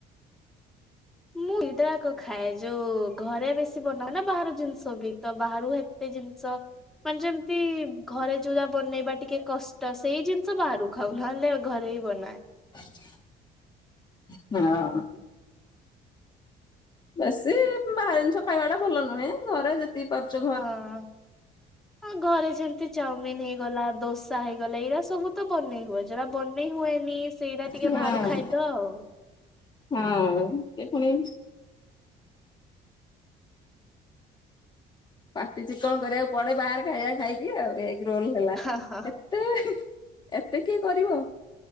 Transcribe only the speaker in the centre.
ମୁଁ ଦିଟା ଯାକ ଖାଏ ଯୋଉ ଘରେ ବେଶୀ ବନା ହୁଏନା ବାହାର ଜିନିଷ ବି ତ ବାହରୁ ହେକ୍ କେତେ ଜିନିଷ ମାନେ ଯେମିତି ଘରେ ଯୋଉ ଯା ବନେଇବା ଟିକେ କଷ୍ଟ ସେଇ ଜିନିଷ ବାହାରୁ ଖାଉ ନହେଲେ ଘରେ ହିଁ ବନାଏ।
ହଁ ହଁ ଘରେ ଯେମତି ଚଉମିିନ ହେଇଗଲା, ଆ ଦୋସା ହେଇଗଲା ଏଇରା ସବୁ ତ ବନେଇ ହୁଏ। ଯଉଟା ବନେଇ ହୁଏନି ସେଇଟା ଟିକେ
ବାହାରୁ ଖାଇଦ ଆଉ।
ହା ହା